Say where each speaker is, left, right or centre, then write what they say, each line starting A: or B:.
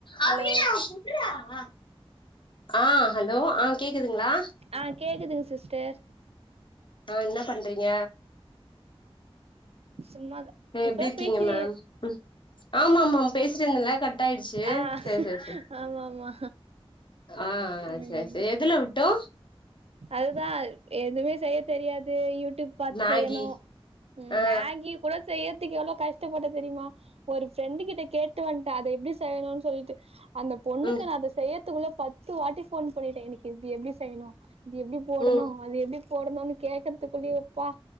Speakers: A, on the right; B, on the left.
A: ஹலோ
B: அது என்ன <unintelligible> ஆ ஹலோ ஆ கேக்குதுங்களா
A: ஆ கேக்குதுங்க சிஸ்டர்
B: ஆ இன்னா பண்றீங்க
A: சும்மாதா
B: ஏ
A: இப்பதா
B: எப்டி இருக்கீங்க
A: பேசி
B: மேம் ஆமா ஆமா மேம் பேசிட்டே இருந்தல்ல கட் கட் ஆயிடுச்சு
A: ஆ
B: செரி செரி
A: ஆமா ஆமா
B: ஆ
A: ம்
B: ச சரி எதுல உட் டோ
A: அதுதா எதுவுமே செய்ய தெரியாது யூடியூப் பாத்து
B: மேகி
A: செய்யணும்
B: ஆ
A: மேகி கூட செய்யறதுக்கு எவ்வளோ கஷ்டப்பட்ட தெரியுமா ஒரு ஃப்ரெண்டு கிட்ட கேட்டு வன்ட அத எப்டி செய்யணும்னு சொல்லிட்டு அந்த பொண்ணுக்கு
B: ம்
A: நா அத செய்யத்துக்குள்ள பத்து வாட்டி போன் பண்ணிட்ட எனக்கு இது எப்டி செய்யணும் இது எப்டி போடணும்
B: ம்
A: அது எப்டி போடணும்னு கேக்கறதுக்குள்ளயேப்பா